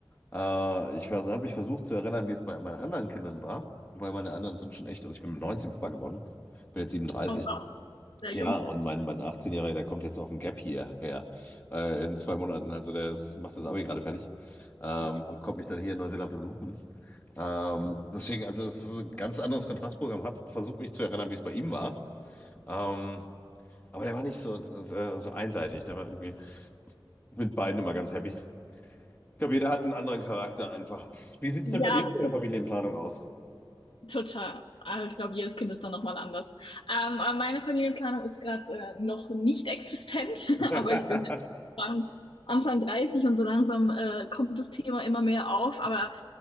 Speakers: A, on the left (about 20°); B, on the left (about 85°).
A: Äh, ich habe mich versucht zu erinnern, wie es bei meinen anderen Kindern war, weil meine anderen sind schon echt, also ich bin mit 19 Papa geworden, bin jetzt 37.
B: Oh, wow, sehr
A: Ja,
B: jung.
A: und mein, mein 18-Jähriger, der kommt jetzt auf ein Gap hierher, äh, in zwei Monaten. Also der ist, macht das Abi gerade fertig, ähm,
B: Ja, spannend.
A: und kommt mich dann hier in Neuseeland besuchen. Ähm, deswegen, also das ist so ein ganz anderes Kontrastprogramm. Hab versucht mich zu erinnern, wie es bei ihm war. Ähm, aber der war nicht so, so, so einseitig. Der war irgendwie mit beiden immer ganz happy. Ich glaube, jeder hat einen anderen Charakter einfach. Wie sieht's
B: Ja,
A: denn bei dir mit der Familienplanung aus?
B: Total. Aber ich glaube, jedes Kind ist dann nochmal anders. Ähm, aber meine Familienplanung ist gerade äh, noch nicht existent,
A: <laughs>
B: <laughs> aber ich bin Anfang, Anfang 30 und so langsam äh, kommt das Thema immer mehr auf. Aber